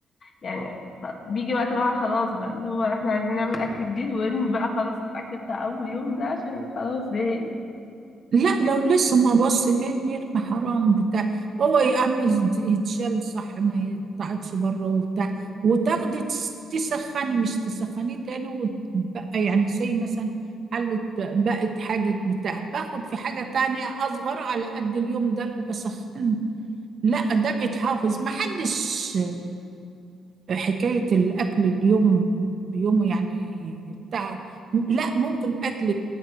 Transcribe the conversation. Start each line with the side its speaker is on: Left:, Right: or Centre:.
Left: يعني خ- بيجي وقت بقى خلاص بقى اللي هو احنا عايزين نعمل اكل جديد وارمي بقى خلاص الاكل بتاع اول يوم ده عشان خلاص زهقنا
Right: لا لو لسه ما بص ليه النرمة حرام بتاع هو يا عم يت- يتشال صح ما يتقعدش بره وبتاع وتاخدي تس- تسخني مش تسخنيه تاني وتبقى يعني زي مثلا حلت بقت حاجة بتاع باخد في حاجة تانية أصغر على قد اليوم ده لو بسخن لا ده بيتحافظ محدش حكاية الأكل اليوم بيوم يعني بتاع لا ممكن أكل